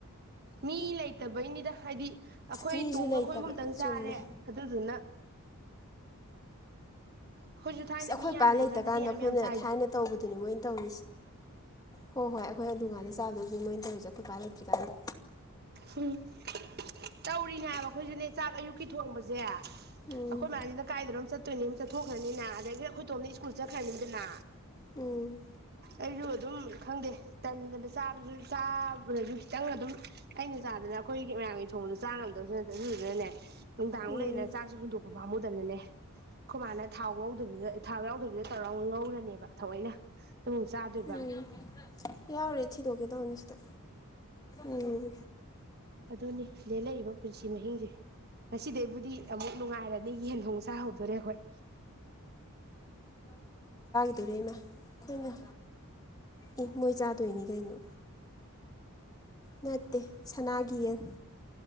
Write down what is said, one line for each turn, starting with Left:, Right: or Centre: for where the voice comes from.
Right: ꯃꯤ ꯂꯩꯇꯕꯩꯅꯤꯗ ꯍꯥꯏꯗꯤ ꯑꯩꯈꯣꯏ
Left: ꯃꯤꯁꯨ
Right: ꯇꯣꯡꯒ
Left: ꯂꯩꯇꯕ
Right: ꯑꯩꯈꯣꯏꯒꯨꯝꯇꯪ
Left: ꯆꯨꯝꯃꯦ
Right: ꯆꯥꯔꯦ ꯑꯗꯨꯗꯨꯅ ꯑꯩꯈꯣꯏꯁꯨ ꯊꯥꯏꯅ
Left: ꯑꯁ ꯑꯩꯈꯣꯏ
Right: ꯃꯤ
Left: ꯏꯄꯥ
Right: ꯌꯥꯝ ꯂꯩꯉꯥꯟꯗꯗꯤ
Left: ꯂꯩꯇ ꯀꯥꯟꯗ
Right: ꯌꯥꯝ
Left: ꯑꯩꯈꯣꯏꯅ
Right: ꯌꯥꯝ ꯆꯥꯏꯗ
Left: ꯊꯥꯏꯅ ꯇꯧꯕꯗꯨꯅꯤ ꯃꯣꯏꯅ ꯇꯧꯔꯤꯁꯦ ꯍꯣꯏ ꯍꯣꯏ ꯑꯩꯈꯣꯏ ꯑꯂꯨ ꯉꯥꯟꯅ ꯆꯥꯕꯗꯅꯤ ꯃꯣꯏꯅ ꯇꯧꯔꯤꯁꯦ ꯈꯨꯠꯀ ꯂꯩꯇ꯭ꯔꯤꯀꯥꯟꯗ
Right: ꯎꯝ ꯇꯧꯔꯤꯅꯦ ꯍꯥꯏꯕ ꯑꯩꯈꯣꯏꯁꯨꯅꯦ ꯆꯥꯛ ꯑꯌꯨꯛꯀꯤ ꯊꯣꯡꯕꯁꯦ ꯑꯩꯈꯣꯏ
Left: ꯎꯝ
Right: ꯃꯌꯥꯝꯁꯤꯅ ꯀꯥꯏꯗꯣꯏꯅꯣ ꯆꯠꯇꯣꯏꯅꯤ ꯆꯠꯊꯣꯛꯈ꯭ꯔꯅꯤꯅ ꯑꯗꯒꯤ ꯑꯩꯈꯣꯏ ꯇꯣꯝꯅ ꯁ꯭ꯀꯨꯜ ꯆꯠꯈ꯭ꯔꯅꯤꯗꯅ
Left: ꯎꯝ
Right: ꯑꯩꯁꯨ ꯑꯗꯨꯝ ꯈꯪꯗꯦ ꯇꯟꯗꯅ ꯆꯥ ꯆꯥꯕꯗꯁꯨ ꯈꯤꯇꯪ ꯑꯗꯨꯝ ꯑꯩꯅ ꯆꯥꯗꯅ ꯑꯩꯈꯣꯏꯒꯤ ꯃꯌꯥꯝꯒꯤ ꯊꯣꯡꯗ ꯆꯥ ꯉꯝꯗꯕꯁꯨ ꯅꯠꯇ ꯑꯗꯨꯗꯨꯅꯅꯦ ꯅꯨꯡꯗꯥꯡꯃꯨꯛ
Left: ꯎꯝ
Right: ꯂꯩꯗꯅ ꯆꯥꯛꯁꯨ ꯍꯨꯟꯗꯣꯛꯄ ꯄꯥꯝꯃꯨꯗꯕꯅꯅꯦ ꯈꯣꯢ ꯃꯅ ꯊꯥꯎ ꯉꯧꯗꯕꯤꯗ ꯊꯥꯎ ꯌꯥꯎꯗꯕꯤꯗ ꯇꯧꯔ ꯉꯧꯔꯅꯦꯕ ꯊꯑꯣꯏꯅ ꯅ ꯆꯥꯗꯣꯏ
Left: ꯎꯝ ꯌꯥꯎꯔꯦ ꯊꯤꯗꯣꯛꯀꯦ ꯇꯧꯅꯤ ꯁꯤꯗ ꯎꯝ
Right: ꯑꯗꯨꯅꯤ ꯂꯦꯜꯂꯛꯏꯕ ꯄꯨꯟꯁꯤ ꯃꯍꯤꯡꯁꯦ ꯉꯁꯤꯗꯩꯕꯨꯗꯤ ꯑꯃꯨꯛ ꯅꯨꯡꯉꯥꯏꯔꯅꯤ ꯌꯦꯟꯊꯣꯡ ꯆꯥꯍꯧꯗꯣꯔꯦ ꯑꯈꯣꯏ
Left: ꯔꯩꯃꯥ ꯈꯣꯏꯅ ꯏ ꯃꯣꯏ ꯆꯥ ꯇꯣꯏꯅꯤ ꯀꯩꯅꯣ ꯅꯠꯇꯦ ꯁꯅꯥꯒꯤ ꯌꯦꯟ